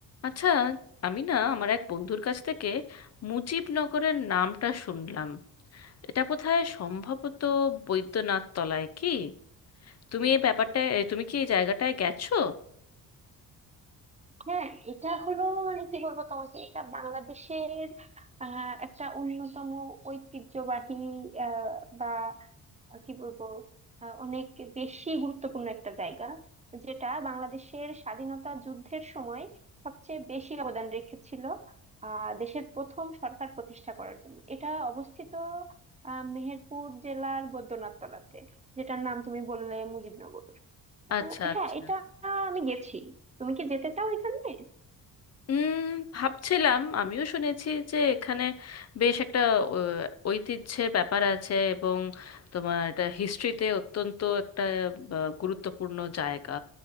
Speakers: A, on the left; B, on the right.
A: আচ্ছা আমি না আমার এক বন্ধুর কাছ থেকে মুজিবনগরের নামটা শুনলাম এটা বোধহয় সম্ভবত বৈদ্যনাথ তলায় কি তুমি এই ব্যাপারটা এ, তুমি কি এই জায়গাটায় গেছো
B: হ্যাঁ এটা হলো মানে কি বলবো তোমাকে এটা বাংলাদেশের আহ, একটা অন্যতম ঐতিহ্যবাহী আহ, বা কি বলবো আহ, অনেক বেশি গুরুত্বপূর্ণ একটা জায়গা যেটা বাংলাদেশের স্বাধীনতা যুদ্ধের সময় সবচেয়ে বেশি অবদান রেখেছিল আহ দেশের প্রথম সরকার প্রতিষ্ঠা করার জন্য এটা অবস্থিত আহ, মেহেরপুর জেলার বৈদ্যনাথ তলাতে যেটার নাম তুমি বললে মুজিবনগর
A: আচ্ছা
B: আহ,
A: আচ্ছা
B: হ্যাঁ এটা আমি গেছি তুমি কি যেতে চাও এখানে
A: উম ভাবছিলাম আমিও শুনেছি যে এখানে বেশ একটা আহ, ঐতিহ্যের ব্যাপার আছে এবং তোমার এটা হিস্ট্রিতে অত্যন্ত একটা আহ, গুরুত্বপূর্ণ জায়গা